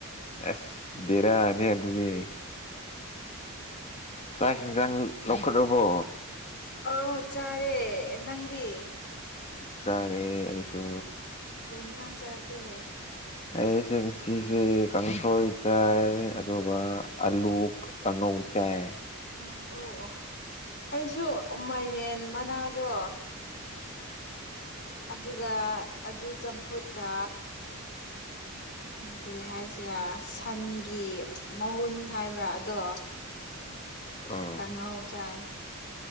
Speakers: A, on the left; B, on the left.
A: ꯑꯁ ꯔꯥꯅꯦ ꯑꯗꯨ ꯑꯗꯨꯗꯤ ꯆꯥꯛ ꯍꯤꯡꯖꯥꯡ ꯂꯧꯈꯠꯂꯕꯣ
B: ꯑ ꯆꯥꯔꯦ ꯅꯪꯗꯤ
A: ꯆꯔꯦꯁꯨ
B: ꯀꯩ ꯌꯦꯟꯁꯥꯡ ꯆꯥꯒꯦ
A: ꯑꯦꯁꯦꯁꯤ ꯁꯤ ꯀꯥꯡꯁꯣꯏ ꯆꯥꯏ ꯑꯗꯨꯒ ꯑꯂꯨ ꯀꯥꯡꯉꯧ ꯆꯥꯏ
B: ꯑꯣ ꯑꯣ ꯑꯣ ꯑꯩꯁꯨ ꯃꯥꯏꯔꯦꯟ ꯃꯅꯥꯗꯣ
A: ꯍ
B: ꯑꯗꯨꯒ ꯑꯗꯨ ꯆꯝꯐꯨꯠꯀ
A: <inaudible>
B: ꯀꯔꯤ ꯍꯥꯏꯁꯤꯔꯥ ꯁꯟꯒꯤ ꯃꯒꯨꯟ ꯍꯥꯏꯕ꯭ꯔꯥ ꯑꯗꯣ
A: ꯑꯥ
B: ꯇꯉꯎ ꯆꯥꯏ